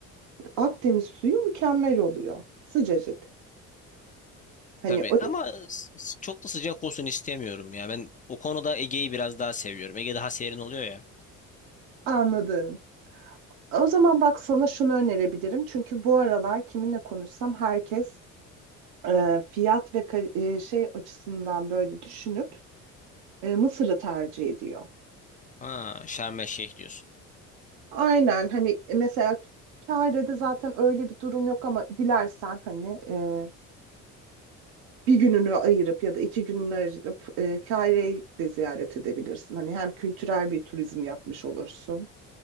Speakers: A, on the right (about 85°); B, on the left (about 25°).
A: Akdeniz suyu mükemmel oluyor. Sıcacık. Hani
B: Tabii
A: o
B: ama s- çok da sıcak olsun istemiyorum ya. Ben o konuda Ege'yi biraz daha seviyorum. Ege daha serin oluyor ya.
A: anladım. O zaman bak sana şunu önerebilirim. Çünkü bu aralar kiminle konuşsam herkes e, fiyat ve kal- e, şey açısından böyle düşünüp e, Mısır'ı tercih ediyor.
B: Ha, Şarm El Şeyh diyorsun.
A: Aynen hani e, mesela Kahire'de zaten öyle bir durum yok ama dilersen hani e, bir gününü ayırıp ya da iki gününü ayırıp e, Kahire'yi de ziyaret edebilirsin. Hani hem kültürel bir turizm yapmış olursun